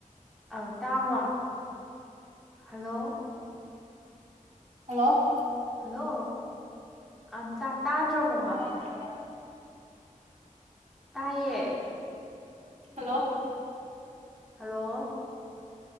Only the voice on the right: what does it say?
ꯍꯜꯂꯣ
ꯇꯗ꯭ꯔꯖꯠꯂꯥꯥ
ꯍꯜꯂꯣ